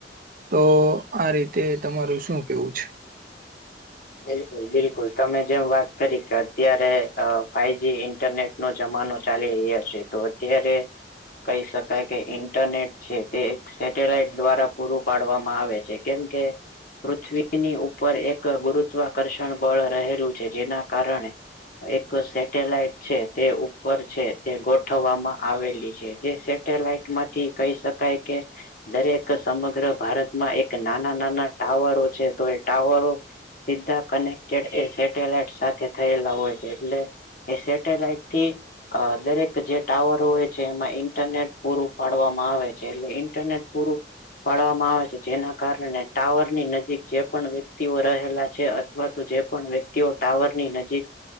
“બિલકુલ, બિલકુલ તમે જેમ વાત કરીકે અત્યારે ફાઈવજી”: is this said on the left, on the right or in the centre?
Left